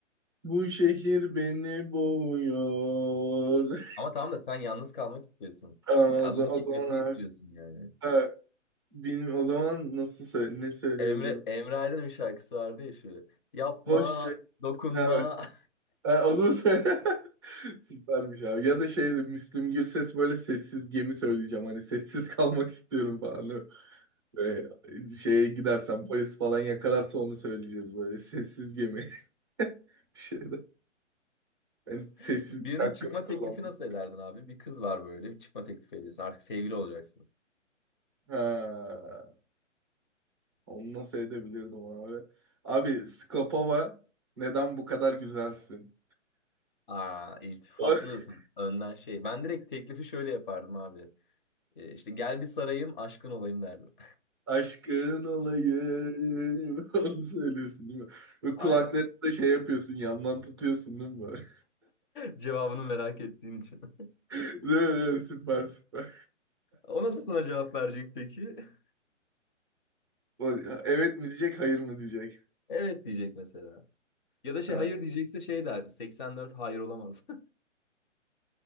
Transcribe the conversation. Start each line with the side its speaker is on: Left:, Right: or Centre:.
Right: Bu şehir beni boğuyor.
Left: Ama tamam da sen yalnız kalmak istiyorsun.
Right: <laughs> Aa, o,
Left: Ya adamın
Right: za- o
Left: gitmesini
Right: zaman
Left: istiyorsun
Right: evet.
Left: yani.
Right: Ha, benim o zaman nasıl söyle ne söyleyebilirim?
Left: Emre Emre Aydın'ın bir şarkısı vardı ya şu. Yapma,
Right: Hoşça.
Left: dokunma.
Right: Ha, evet. Ha, onu söyle. <laughs> Süpermiş abi. Ya da şey de Müslüm Gürses böyle sessiz gemi söyleyeceğim. Hani sessiz kalmak istiyorum falan. Böyle şeye gidersen polis falan yakalarsa onu söyleyeceğiz böyle. Sessiz gemi. <laughs> Bir şey de. Yani sessizlik
Left: <laughs> Birine
Right: hakkımı
Left: çıkma teklifi
Right: kullandım.
Left: nasıl ederdin abi? Bir kız var böyle bir çıkma teklifi ediyorsun. Artık sevgili olacaksınız.
Right: Ha. Onu nasıl edebilirdim abi? Abi Skopova neden bu kadar güzelsin?
Left: Aa, iltifatlısın.
Right: O- <laughs>
Left: Önden şey. Ben direkt teklifi şöyle yapardım abi. Ee, işte gel bir sarayım, aşkın olayım derdim.
Right: Aşkın olayım. <laughs> Onu söylüyorsun değil mi? Ve kulaklarında
Left: <laughs> Aynen.
Right: şey yapıyorsun, yandan tutuyorsun değil mi? böyle?
Left: Cevabını merak ettiğin için. <laughs>
Right: <laughs> Değil mi? Süper süper.
Left: O nasıl sana cevap verecek peki? <laughs>
Right: <laughs> o- Evet mi diyecek, hayır mı diyecek?
Left: Evet diyecek mesela. Ya da şey
Right: Ha.
Left: hayır diyecekse şey der. 84 hayır olamaz.